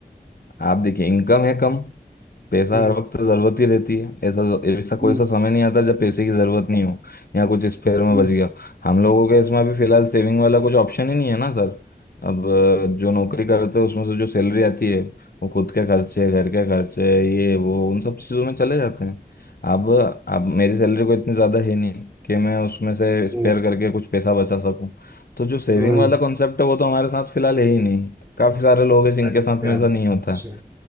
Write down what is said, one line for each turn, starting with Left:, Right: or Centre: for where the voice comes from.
Left: आप देखिए इनकम है कम पैसा
Right: हम्म
Left: हर वक्त जरूरत ही रहती है ऐसा ऐसा कोई
Right: हम्म
Left: सा समय नहीं आता जब पैसे की जरूरत नहीं हो या कुछ स्पेयर में
Right: हम्म
Left: बच गया हम लोगों के इसमें अभी फिलहाल सेविंग वाला कुछ ऑप्शन ही नहीं है ना सर अब अ, जो नौकरी करते हैं उसमें से जो सैलरी आती है वो खुद के खर्चे घर के खर्चे ये वो उन सब चीज़ों में चले जाते हैं अब अब मेरी सैलरी को इतनी ज़्यादा है नहीं कि मैं उसमें से स्पेयर
Right: हम्म,
Left: करके कुछ पैसा बचा सकूं तो जो सेविंग
Right: हम्म, हम्म
Left: वाला कॉन्सेप्ट है वो तो हमारे साथ फिलहाल है ही नहीं काफ़ी सारे लोग हैं जिनके
Right: अच्छा
Left: साथ में ऐसा नहीं होता
Right: अच्छा।